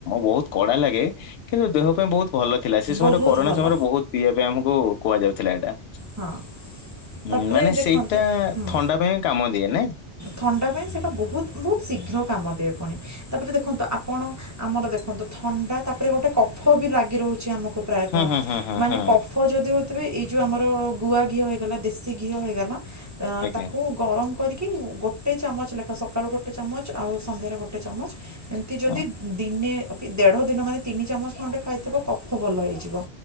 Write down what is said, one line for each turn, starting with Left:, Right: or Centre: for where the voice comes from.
Left: ବହୁତ କଡ଼ା ଲାଗେ କିନ୍ତୁ ଦେହ ପାଇଁ ବହୁତ ଭଲ ଥିଲା ସେ ସମୟରେ
Right: ବହୁତ
Left: କରୋନା
Right: ଭଲ
Left: ସମୟରେ ବହୁତ ପିଇବା ପାଇଁ ଆମକୁ କୁ କୁହାଯାଉଥିଲା ଏଇଟା।
Right: ହଁ
Left: ଉଁ,
Right: ତାପରେ
Left: ମାନେ
Right: ଦେଖନ୍ତୁ
Left: ସେଇଟା
Right: ହୁଁ
Left: ଥଣ୍ଡା ପାଇଁ କାମ ଦିଏ ନାଇଁ
Right: ଥଣ୍ଡା ପାଇଁ ସେଟା ବହୁତ ବହୁତ ଶୀଘ୍ର କାମ ଦିଏ ପୁଣି ତାପରେ ଦେଖନ୍ତୁ ଆପଣ ଆମର ଦେଖନ୍ତୁ ଥଣ୍ଡା ତାପରେ ଗୋଟେ କଫ ବି ଲାଗି ରହୁଛି ଆମକୁ ପ୍ରାୟତଃ
Left: ହୁଁ ହୁଁ ହୁଁ ହୁଁ
Right: ମାନେ
Left: ହୁଁ
Right: କଫ ଯଦି ହଉଥିବେ ଏଇ ଯୋଉ ଆମର ଗୁଆ ଘିଅ ହେଇଗଲା ଦେଶୀ ଘିଅ ହେଇଗଲା ଅ
Left: ଆଜ୍ଞା
Right: ତାକୁ ଗରମ କରିକି କି ଗୋଟେ ଚାମଚ ଲେଖାଁ ସକାଳୁ ଗୋଟେ ଚାମଚ ଆଉ ସନ୍ଧ୍ୟାରେ ଗୋଟେ ଚାମଚ ଏମିତି ଯଦି
Left: ହଁ
Right: ଦିନେ ଦେଢ ଦିନ ମାନେ ତିନି ଚାମଚ ଖଣ୍ଡେ ଖାଇଥିବ କଫ ଭଲ ହେଇଯିବ।